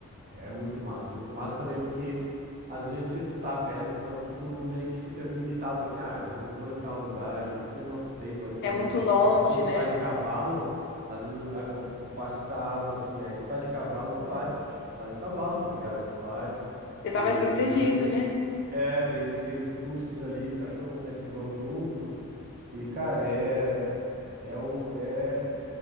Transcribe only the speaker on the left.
É
muito
longe,
né?
Você tá
mais protegido,
né?